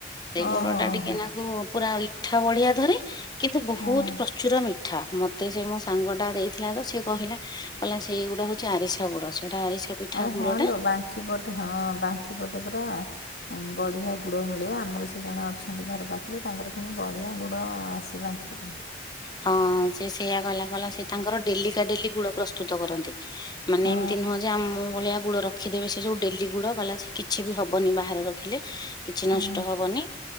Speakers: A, on the left; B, on the left.
A: ସେଇ
B: ଓହୋ
A: ଗୁଡଟା ଟିକେନାକୁ
B: ହୋ
A: ପୁରା ଇଠା ବଢିଆ ଧରେ କିନ୍ତୁ ବହୁତ
B: ହଁ
A: ପ୍ରଚୁର ମିଠା, ମତେ ସେ ମୋ ସାଙ୍ଗଟା ଦେଇଥିଲା ତ ସିଏ କହିଲା। କହିଲା ସେଇ ଗୁଡ ହଉଛି ଆରିସା ଗୁଡ। ସେଇଟା ଆରିସା ପିଠା
B: ଆରେ ହଁ
A: ଗୁଡଟା
B: ଲୋ ବାଙ୍କିପଟେ ହଁ ବାଙ୍କିପଟେ ପରା ବଢ଼ିଆ ଗୁଡ଼ ମିଳେ ଆମର ସେ ଜଣେ ଅଛନ୍ତି ଘର ପାଖରେ ତାଙ୍କର ସେମିତି ବଢ଼ିଆ ଗୁଡ଼ ଆସେ ବାଙ୍କିରୁ‌।
A: ହଁ ସେ ସେୟା କ‌ହିଲା କହିଲା ସେ ତାଙ୍କର ଡେଲି କା ଡେଲି ଗୁଡ ପ୍ରସ୍ତୁତ କରନ୍ତି। ମାନେ
B: ହଁ
A: ଏମିତି ନୁହଁ ଯେ ଆମ ଭଳିଆ ଗୁଡ ରଖିଦେବେ ସେ ଯୋଉ ଡେଲି ଗୁଡବାଲା ସେ କିଛି ବି ହବନି ବାହାରେ ରଖିଲେ କିଛି
B: ହୁଁ,
A: ନଷ୍ଟ ହବନି